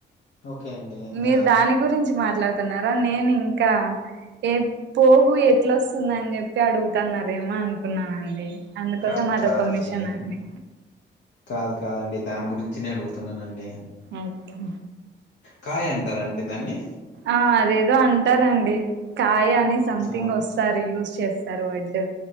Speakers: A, on the left (about 65°); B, on the right (about 70°).
A: ఓకే అండి
B: మీరు
A: ఆ!
B: దాని గురించి మాట్లాడ్ తున్నారా నేను ఇంకా ఏ పోగు ఎట్లొస్తుందని చెప్పి అడుగుతున్నారేమో అనుకున్నానండి అందుకోసం
A: కాదు
B: అది
A: కాదండి.
B: ఒక మిషన్ అండి
A: హ్మ్. కాదు కాదండి దాని గురించి నేను అడుగుతున్నానండి
B: ఓకే
A: కాయ్ అంటారండి దాన్ని
B: ఆ అదేదో అంటారండి కాయ అని సంథింగ్
A: ఆ!
B: వస్ సారి యూజ్ చేస్తారు వడ్